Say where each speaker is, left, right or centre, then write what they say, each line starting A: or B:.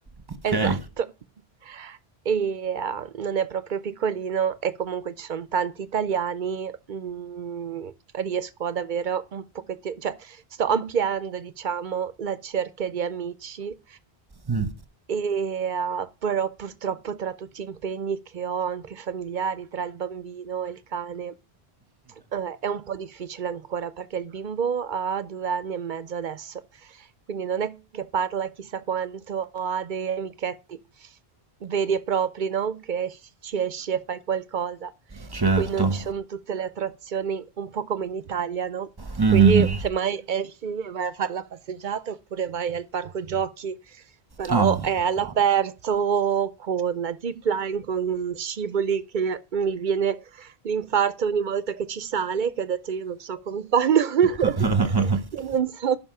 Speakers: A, on the right (about 25°); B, on the right (about 55°).
A: Ok.
B: esatto. E eh, non è proprio piccolino e comunque ci sono tanti italiani mhmm, riesco ad avere un pochettino cioè sto ampliando, diciamo, la cerchia di amici
A: Mm,
B: e, uhm, però purtroppo tra tutti gli impegni che ho, anche familiari, tra il bambino e il cane, uhm, è un po' difficile ancora perché il bimbo ha 2 anni e mezzo adesso, quindi non è che parla chissà quanto o ha dei amichetti veri e propri, no, che es- ci esci e fai qualcosa
A: certo.
B: qui non ci sono tutte le attrazioni, un po' come in Italia, no?
A: Mhm.
B: Qui semmai esci e vai a fare la passeggiata oppure vai al parco giochi, però
A: Ah,
B: è all'aperto
A: ok.
B: con la zipline, con scivoli che mi viene l'infarto ogni volta che ci sale, che ho detto io non so come fanno. <laughs>
A: <laughs>
B: Io non so